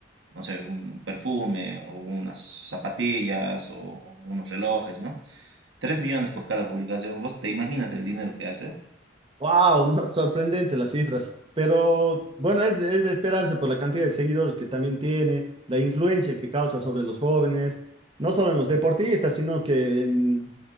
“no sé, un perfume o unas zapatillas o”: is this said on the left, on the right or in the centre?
Right